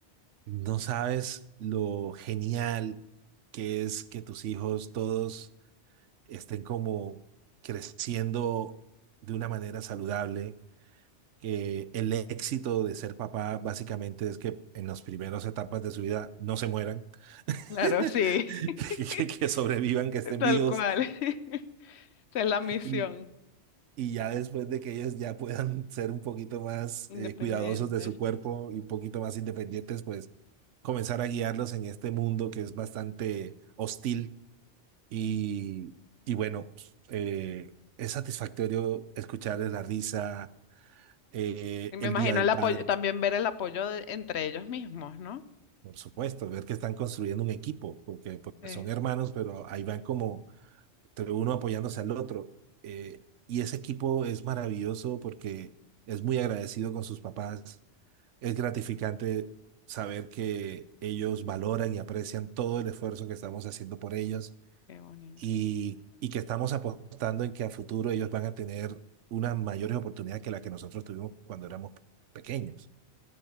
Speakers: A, on the right; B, on the left.
A: No sabes lo genial que es que tus hijos todos estén como creciendo de una manera saludable que el éxito de ser papá básicamente es que en las primeras etapas de su vida no se mueran,
B: Claro,
A: <laughs>
B: sí, <laughs>
A: que, que- que sobrevivan, que estén
B: tal
A: vivos
B: Sí. cual. <laughs> Esa es la misión,
A: y, y ya después de que ellos ya puedan ser un poquito más
B: independientes.
A: eh, cuidadosos de su cuerpo y un poquito más independientes, pues comenzar a guiarlos en este mundo que es bastante hostil y, y bueno, eh, es satisfactorio escucharles la risa. eh,
B: Y me
A: el
B: imagino
A: Día del
B: el
A: Padre
B: apoyo, también ver el apoyo de- entre ellos mismos, ¿no?
A: Por supuesto, ver que están construyendo un equipo, porque porque
B: Eh,
A: son hermanos, pero ahí van como entre uno apoyándose al otro. Eh, y ese equipo es maravilloso porque es muy agradecido con sus papás. Es gratificante saber que ellos valoran y aprecian todo el esfuerzo que estamos haciendo por ellos
B: qué bonito.
A: y, y que estamos apostando en que a futuro ellos van a tener unas mayores oportunidades que las que nosotros tuvimos cuando éramos pequeños.